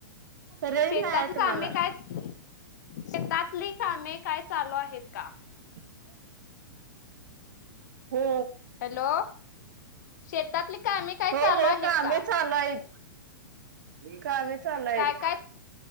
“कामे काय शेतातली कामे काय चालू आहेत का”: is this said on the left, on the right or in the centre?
Left